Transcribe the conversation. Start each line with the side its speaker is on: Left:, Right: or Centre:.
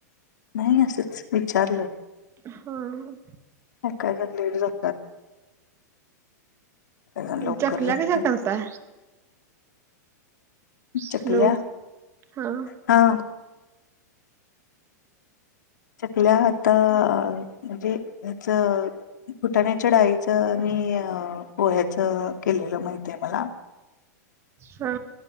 Left: नाही असंच विचारलं
Right: होय
Left: ऐकायला <inaudible> जण लवकर
Right: चकल्या
Left: झोपतात
Right: कश्या करताय
Left: चकल्या
Right: हॅलो हा
Left: हा चकल्या आता अ म्हणजे हच फुटाण्याच्या डाळीचं आणि पोह्याचं केलेलं माहित आहे मला
Right: हा